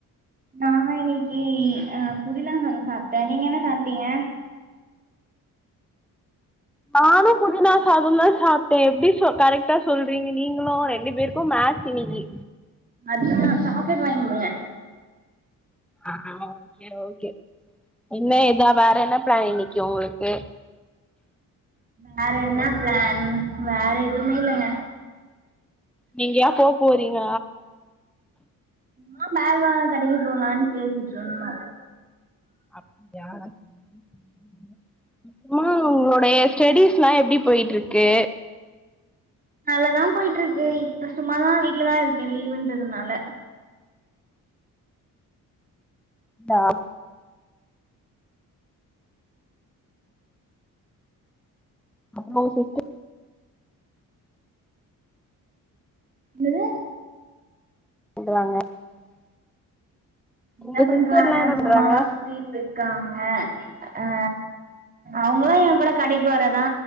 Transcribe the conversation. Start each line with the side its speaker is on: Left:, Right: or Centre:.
Right: நா இன்னைக்கி அ புதினா சாதம் சாப்ட்டே நீங்க என்ன சாப்ட்டீங்க
Centre: நானு புதினா சாதந்தா சாப்ட்டே எப்டி ச கரெக்டா சொல்றிங்க நீங்களு ரெண்டு பேருக்கு மேச் இன்னிக்கு
Right: அதுதா சாக்லேட் வாங்கி கொடுங்க
Centre: ஆ ஓகே ஓகே என்ன இதா வேற என்ன பிளான் இன்னைக்கு ஒங்களுக்கு
Right: வேற என்ன ப்ளான் வேற எதுமே இல்லங்க
Centre: நீங்க யா போ போறீங்க
Right: சும்மா பால் வாங்க கடைக்கி போலான் பேசிட்ருந்தோ
Centre: அப்டியா சேரி <unintelligible> ம் ஆ உங்ளோடைய ஸ்டெடீஸ்லா எப்டி போய்ட்ருக்கு
Right: நல்லாதா போய்ட்ருக்கு இப்ப சும்மாதா வீட்லதா இருக்கே லீவுன்றதுனால
Centre: ஆ அவ்ளோ சொத்து
Right: என்னது
Centre: <unintelligible>
Right: என்ன
Centre: உங்க
Right: பண்றாங்க
Centre: சிஸ்டர்லா என்ன
Right: சும்மாதா
Centre: பண்றாங்க
Right: சுத்தீட்ருக்காங்க அ அவுங்ளா எங்க கூட கடைக்கு வரதா